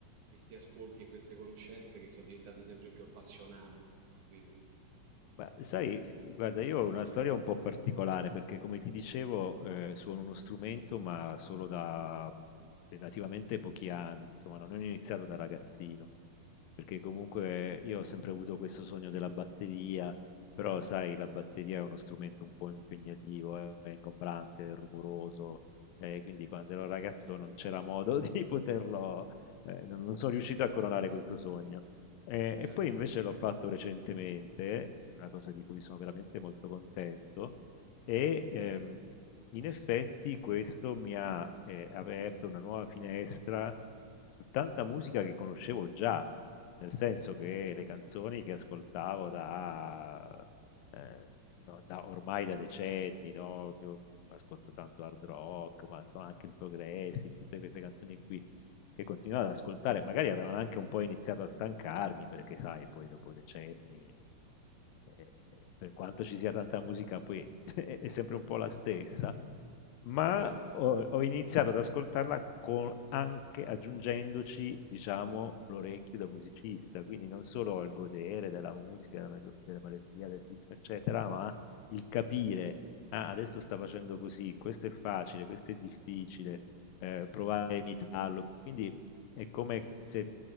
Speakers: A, on the right; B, on the left.
A: questi ascolti e queste conoscenze che sono diventate sempre più appassionate, capito?
B: Beh, sai, guarda, io ho una storia un po' particolare perché, come ti dicevo, eh, suono uno strumento, ma solo da relativamente pochi anni, insomma, non ho iniziato da ragazzino, perché comunque io ho sempre avuto questo sogno della batteria, però, sai, la batteria è uno strumento un po' impegnativo, eh, è ingombrante, è rumoroso, eh, quindi quando ero ragazzo non c'era modo <laughs> di poterlo, eh, non non sono riuscito a coronare questo sogno. Ehm,
A: Chiaro?
B: e poi invece l'ho fatto recentemente, è una cosa di cui sono veramente molto contento, e, ehm, in effetti questo mi ha, ehm, aperto una nuova finestra su tanta musica che conoscevo già, nel senso che le canzoni che ascoltavo da ehm, no, da ormai da decenni, no, io ascolto tanto hard rock, ma insomma anche il progressive, tutte queste canzoni qui che continuavo ad ascoltare, magari avevano anche un po' iniziato a stancarmi, perché sai, poi dopo decenni, eh, per quanto ci sia tanta musica, poi <laughs> è sempre un po' la stessa, ma
A: Certo.
B: ho, ho iniziato ad ascoltarla con- anche aggiungendoci, diciamo, l'orecchio da musicista, quindi non solo il godere della musica, della, melo- della melodia, del ritmo, eccetera, ma il capire, ah, adesso sta facendo così, questo è facile, questo è difficile eh, provare a imitarlo. Quindi è come se